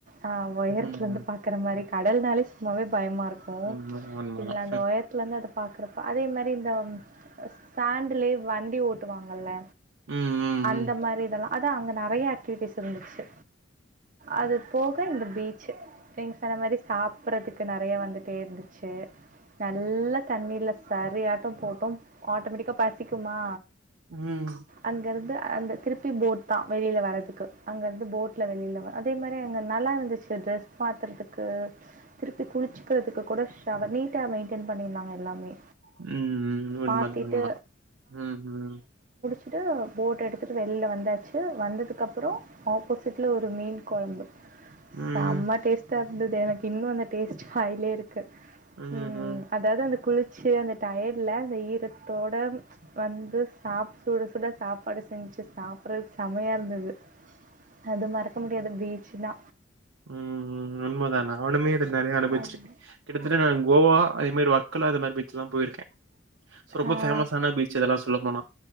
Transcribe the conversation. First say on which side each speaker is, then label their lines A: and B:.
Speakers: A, on the right; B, on the right.
A: ஆ ஒயரத்துலந்து
B: ம்.
A: பாக்குற மாரி கடல்னாலே சும்மாவே பயமாருக்கு
B: உண்மதான், உண்மதான்.
A: இதுல அந்த ஒயரத்துலந்து அத பாக்குற அதே மெரி இந்த சாண்டுலே வண்டி ஓட்டுவாங்கள்ல
B: ம், ம்,
A: அந்த
B: ம்.
A: மாரி இதெல்லா அதா அங்கே நெறையா விட்டஸ் இருந்துச்சு அது போக இந்த பீச் நீங்க சொன்ன மாரி சாப்பறதுக்கு நெறைய வந்துட்டே இருந்துச்சு நல்ல தண்ணி இல்ல சரி ஆட்டம் போட்டோம் ஆட்டோமேட்டிக்கா பசிக்குமா
B: ம்
A: அங்கர்ந்து அந்த திருப்பி போர்ட் தா வெளியில வர்றதுக் அங்கே இருந்து போட்டில வெளியிலவ அதே மாரி அங்கே நல்லா இருந்துச்சு ட்ரெஸ் பாத்துறதுக்கு திருப்பி குளிச்சுக்கிறதுக்கு கூட ஷவர் நீட்டா மெயின்டென் பண்யிருந்தாங்க எல்லாமே
B: உம் உம் உண்மதா
A: மாத்திட்டு
B: உண்மதா உம் உம்
A: ட்டு போட் எடுத்துட்டு வெளியில வந்தாச்சு வந்ததுக்கப் ப்புறோ ஆப்போசிட்டில ஒரு மீன் கொழம்பு
B: ம்
A: செம டேஸ்ட் டா இருந்தது எனக்கு இன்னு அந்த டேஸ்ட் வாயிலே இரு
B: ம்ஹ்ம்
A: உம் அதாது அந்த குளி ச்சு அந்த டயேட்ல அந்த ஈரத்தோடு வந்து சாப்ப சுட சுட சாப்பாடு செஞ்சிச்சு சாப்பிட்றது செமையா இருந்தது அது மறக்க முடியாது பீச்சுன
B: ம் ம் உண்மைதா நானுமே இது நெறைய அனுபவிச்சிருக்கே
A: ஆமா.
B: கிட்டத்தட்ட நா கோவா அதே மாரி <unintelligible> க்கலா இந்த மாரி பீச்லா போயிருக்கே சோ ரொம்ப
A: ஆ.
B: பேமஸான பீச் இதெல்லா சொல்ல போனா